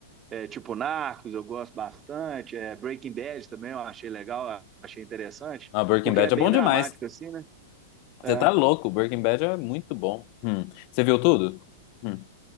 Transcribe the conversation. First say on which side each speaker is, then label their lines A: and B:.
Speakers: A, on the right; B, on the left.
A: é, tipo Narcos, eu gosto bastante, é, Breaking Bad também eu achei legal, achei interessante,
B: Ah, Breaking
A: porque
B: Bad
A: é bem
B: é bom
A: dramático,
B: demais.
A: assim, né?
B: Você
A: É,
B: tá louco. Breaking Bad é muito bom. Hum. Você viu tudo? Hum.